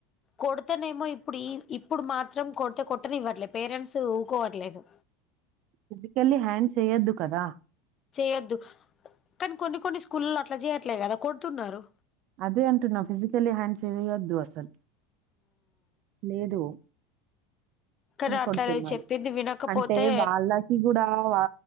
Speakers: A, on the left (about 30°); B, on the right (about 50°).
A: కొడతనేమో ఇప్పుడు ఈ ఇప్పుడు మా త్రం కొడితే కొట్టనివ్వట్లేదు పేరెంట్స్ ఊకోవట్లేదు.
B: ఫిజికల్లీ హ్యాండ్ చేయొద్దు కదా!
A: చేయొద్దు కానీ, కొన్ని కొన్ని స్కూల్లో అట్లా చేయట్లేదు కదా కొడుతున్నారు.
B: అదే అంటున్నా ఫిజికలీ హ్యాండ్ చేయద్దు అస్సల్, లేదు.
A: కానీ
B: అని
A: అట్లా
B: కొడుతున్నారు
A: చెప్పింది వినకపోతే
B: అంటే వాళ్ళకి కూడా వా